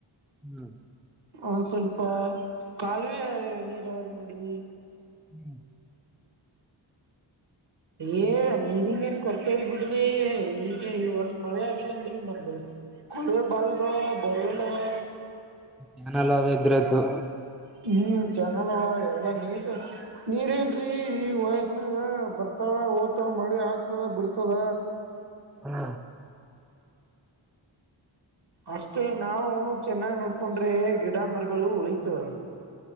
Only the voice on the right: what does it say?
ಒಂದ ಸ್ವಲ್ಪ ಕಾಲುವೆ ನೀರಾವರಿ ಮಾಡಿವಿ.
ಏ ನೀರಿಂದ ಏನ್ ಕೊರತೆ ಇಲ್ ಬಿಡ್ರಿ ಈಗ ಈ ವರ್ಷ ಮಳೆ ಆಗಿಲ್ಲಂದ್ರು ನಂಬಲ್ಲಿ. ಕೊಳವೆ ಬಾವಿಗೋಳ ಅವ ಬೋರ್ವೆಲ್ಲ ಅವ.
ಹ್ಮ್ ಚನಲ್ ಅವ ಎಲ್ಲ ನೀರ್ ನೀರ ಏನ್ರಿ ಈ ವಯಸ್ಸನಾಗ ಬರ್ತಾವ ಹೊತಾವ್ ಮಳಿ ಆತದ ಬಿಡ್ತದ.
ಅಷ್ಟೇ ನಾವು ಚೆನ್ನಾಗ್ ನೋಡ್ಕೊಂಡ್ರೆ ಗಿಡ ಮರಗಳು ಉಳಿತವೆ.